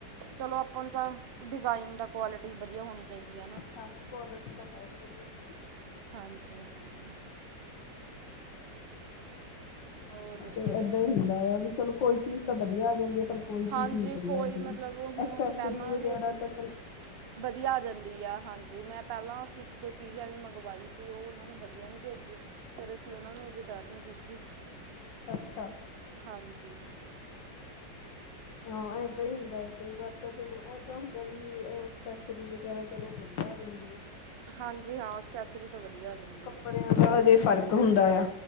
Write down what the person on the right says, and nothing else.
ਚਲੋ ਅਪਾ ਨੂੰ ਤਾਂ ਡਿਜ਼ਾਇਨ ਦਾ ਕੁਆਲਿਟੀ ਵਧੀਆ ਹੋਣੀ ਚਾਹੀਦੀ ਏ ਨਾ।
<inaudible> ਹੋਰ ਦੱਸੋ
ਜੀ
ਹਾਂਜੀ
ਕੋਈ
ਮਤਲਬ ਹੁਣ
ਪਹਿਲਾਂ
ਵੀ ਅਸੀਂ
ਵਧੀਆ ਆ ਜਾਂਦੀ ਆ ਹਾਂਜੀ ਮੈਂ ਪਹਿਲਾਂ ਅਸੀਂ ਇੱਕ ਦੋ ਚੀਜ਼ ਐਵੇਂ ਮੰਗਵਾਈ ਸੀ। ਉਹ ਉਹਨਾਂ ਨੇ ਵਧੀਆ ਨੀ ਭੇਜੀ ਫਿਰ ਅਸੀਂ ਉਹਨਾਂ ਨੂੰ ਰਿਟਰਨ ਕੀਤੀ
ਹਾਂਜੀ
ਹਾਂਜੀ ਹਾਂ ਐਕਸੈਸਰੀ ਤਾਂ ਵਧੀਆ ਆ ਜਾਂਦੀ
ਏ।